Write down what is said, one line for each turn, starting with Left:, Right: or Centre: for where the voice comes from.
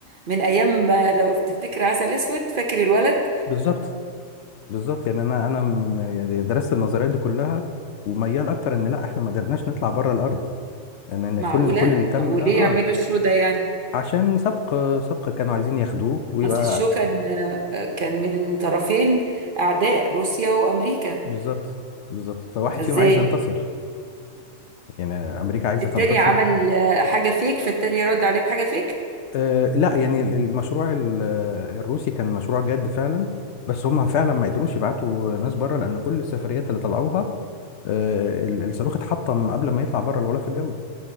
Right: من ايام ما- لو تفتكر عسل اسود فاكر الولد
Left: بالظبط بالظبط يعني انا انا من يعني درست النظريات دي كلها وميال اكتر ان لا احنا ما قدرناش نطلع بره الارض يعني ان
Right: معقوله
Left: كل كل اللي تم
Right: طب وليه
Left: ده اه
Right: يعملوا الشو ده يعني
Left: عشان سبق سبق كانوا عايزين ياخدوه ويبقى
Right: اصل الشو كان كان من طرفين اعداء روسيا وامريكا
Left: بالظبط بالظبط فواحد
Right: فازاي
Left: فيهم عايز ينتصر يعني امريكا عايزه
Right: التاني
Left: تنتصر
Right: عمل آه، حاجة فيك فالتاني رد عليه بحاجة فيك
Left: آه لا يعني ال- المشروع ال- الروسي كان مشروع جاد فعلا بس هم فعلا ما قدروش يبعتوا ناس بره لان كل السفريات اللي طلعوها آه ال- الصاروخ اتحطم قبل ما يطلع بره الغلاف الجوي